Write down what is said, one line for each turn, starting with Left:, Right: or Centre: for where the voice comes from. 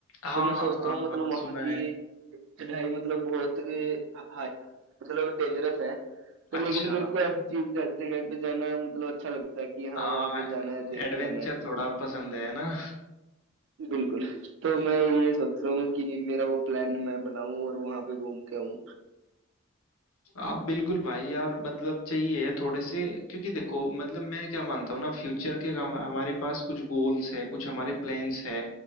Left: हाँ
Right: तो मैं सोचता
Left: हाँ हाँ
Right: हूँ मतलब
Left: हाँ
Right: वहां
Left: सुना
Right: की
Left: है
Right: चढ़ाई मतलब बहुत हाई मतलब डेंजरस है तो
Left: अच्छा
Right: लेकिन मेरे को ऐसी चीज जगह पे जाना मतलब अच्छा लगता है कि हाँ
Left: हाँ
Right: वहां पे जाना है देख
Left: एडवेंचर
Right: के आना है
Left: थोड़ा पसंद है ना
Right: बिल्कुल तो मैं ये सोच रहा हूँ कि मेरा वो प्लान मैं बनाऊं और वहां पे घूम के आऊं
Left: आप बिल्कुल भाई यार मतलब चाहिए है थोड़े से क्योंकि देखो मतलब मैं क्या मानता हूँ ना फ्यूचर के हम- हमारे पास कुछ गोल्स है कुछ हमारे प्लान्स है